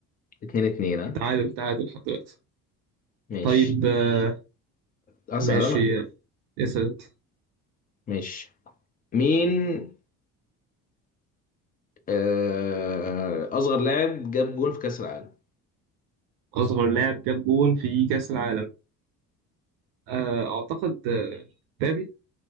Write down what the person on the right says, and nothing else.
تعادل تعادل لحد دلوقتي
طيب آه،
ماشي
آه، اسأل انت
أصغر لاعب جاب جون في كأس العالم آه، أعتقد آه، مبابي